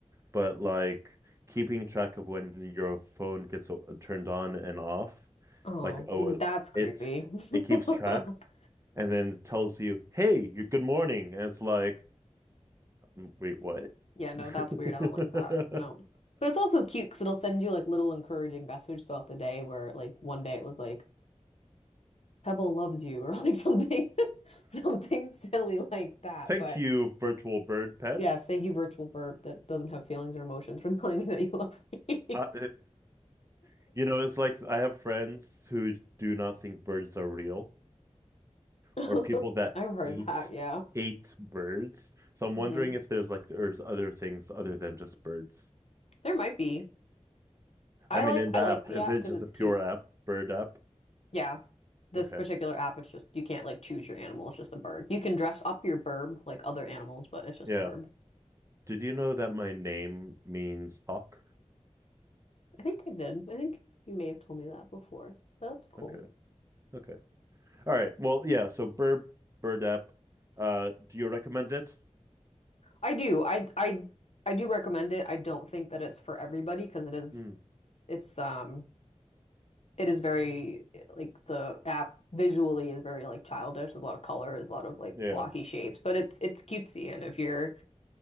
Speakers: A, on the right; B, on the left.
A: but like keeping track of when your phone gets turned on and off,
B: Oh,
A: like oh
B: that's creepy.
A: it's it keeps
B: <laughs>
A: track and then tells you, "Hey, you're good morning." And it's like, "Mm, "Wait, what?"
B: Yeah, no, that's
A: <laughs>
B: weird. I don't like that. No. But it's also cute because it'll send you like little encouraging messages throughout the day where like one day it was like Pebble loves you or like <laughs> something <laughs> Something silly like that.
A: Thank
B: But
A: you, virtual bird pet.
B: yes, thank you, virtual burp that doesn't have feelings or emotions for <laughs> telling me that you love me.
A: Uh, <sighs> you know, it's like I have friends who do not think birds are real,
B: <laughs>
A: or people that
B: I've heard
A: hate
B: that, yeah.
A: hate birds. So I'm
B: hmm
A: wondering if there's like there's other things other than just birds.
B: There might be. I
A: I mean,
B: like
A: in the
B: I
A: app,
B: like the
A: is
B: app
A: it
B: because
A: just
B: it's
A: a pure
B: cute.
A: app, bird app?
B: Yeah. This
A: Okay.
B: particular app, it's just you can't like choose your animal, it's just a bird. You can dress up your burb like other animals, but it's just
A: Yeah.
B: a burb.
A: Did you know that my name means hawk?
B: I think I did. I think you may have told me that before. But that's cool.
A: Okay. Okay. All right. Well, yeah. So bird bird app. Uh, do you recommend it?
B: I do. I I I do recommend it. I don't think that it's for everybody because it is
A: Hmm.
B: it's um it is very like the app visually is very like childish. There's a lot of colors, a lot of like
A: Yeah.
B: blocky shapes, but it's it's cutesy. And if you're,